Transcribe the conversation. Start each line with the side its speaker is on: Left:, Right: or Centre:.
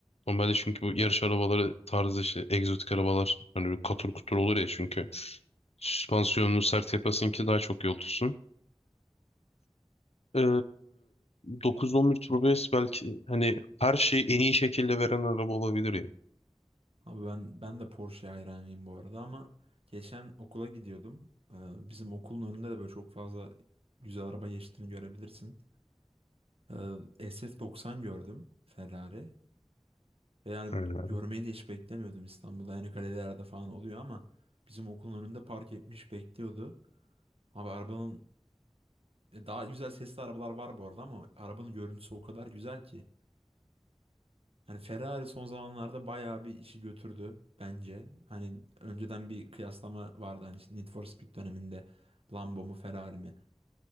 Left: Normalde çünkü bu yarış arabaları tarzı işte egzotik arabalar hani böyle katır kutur olur ya çünkü süspansiyonunu sert yapasın ki daha çok yol tutsun. Ee, 911 Turbo S belki hani her şeyi en iyi şekilde veren araba olabilir ya.
Right: Abi ben ben de Porsche hayranıyım bu arada ama geçen okula gidiyordum. Ee, bizim okulun önünde de böyle çok fazla güzel araba geçtiğini görebilirsin. Ee, SF90 gördüm Ferrari. Ve yani
Left: Aynen. Olur.
Right: görmeyi de hiç beklemiyordum İstanbul'da. Yani galerilerde falan oluyor ama bizim okulun önünde park etmiş bekliyordu. Abi arabanın e, daha güzel sesli arabalar var bu arada ama arabanın görüntüsü o kadar güzel ki. Hani Ferrari son zamanlarda bayağı bir işi götürdü bence. Hani önceden bir kıyaslama vardı hani işte Need for Speed döneminde Lambo mu Ferrari mi?